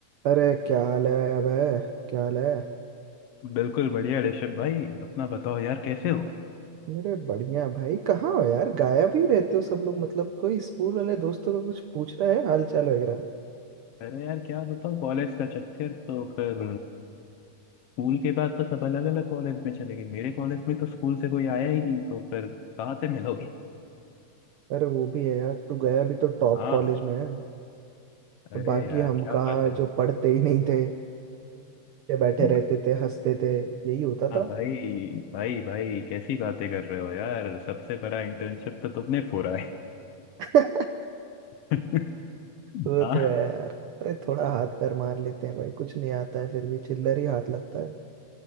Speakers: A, on the right (about 75°); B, on the left (about 65°).
A: अरे क्या हाल है अबे क्या हाल है
B: बिल्कुल बढ़िया ऋषभ भाई अपना बताओ यार कैसे हो
A: मेरे बढ़िया भाई कहाँ हो यार गायब ही रहते हो सब लोग मतलब कोई स्कूल वाले दोस्तों को कुछ पूछ रहा है हाल चाल वगैरह
B: अरे यार क्या बताओ कॉलेज का चक्कर तो फिर स्कूल के बाद तो सब अलग अलग कॉलेज में चले गए मेरे कॉलेज में तो स्कूल से कोई आया ही नहीं तो फिर कहाँ से मिलोगे
A: अरे वो भी है यार तू गया भी तो टॉप
B: हाँ
A: कॉलेज में है
B: अरे
A: तो बाकी
B: यार
A: हम
B: क्या
A: कहाँ
B: बात है
A: जो पढ़ते ही नहीं थे ये बैठे
B: <laughs>
A: रहते थे हंसते थे यही होता
B: हाँ
A: था
B: भाई भाई भाई कैसी बातें कर रहे हो यार सबसे बड़ा इंटर्नशिप तो तुमने फोड़ा है
A: <laughs>
B: <laughs>
A: वो
B: हाँ
A: तो है यार अरे थोड़ा हाथ पैर मार लेते हैं भाई कुछ नहीं आता है फिर भी चिल्लर ही हाथ लगता है